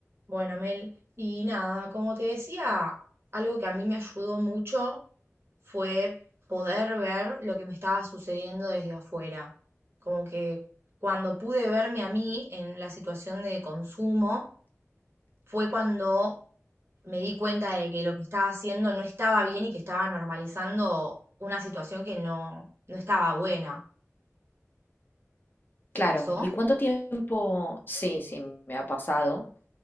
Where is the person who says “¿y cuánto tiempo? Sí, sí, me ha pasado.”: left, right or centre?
Left